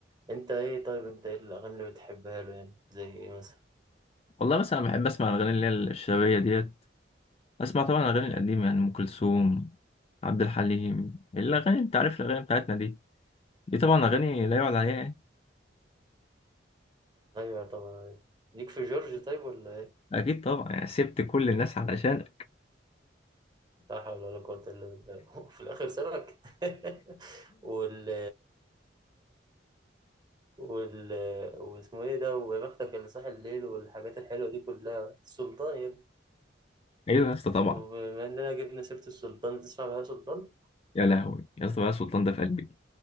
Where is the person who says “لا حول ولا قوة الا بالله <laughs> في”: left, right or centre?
Right